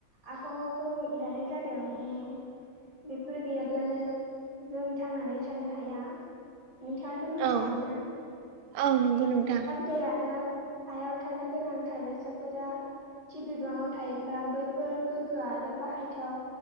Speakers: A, on the right; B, on the right.
A: आबहावाखौ दानाय जादों उम बेफोर गैयाब्लानो जों थांनानै थानो हाया नोंथां ङाथ मिथिखागौना
B: औ औ नंगौ नोंथां
A: दै आरो हायाव थानो गोनां थादेरसाफोरा थि बिबाङाव थायोब्ला बैफोर गोग्गो आरो बाहायथाव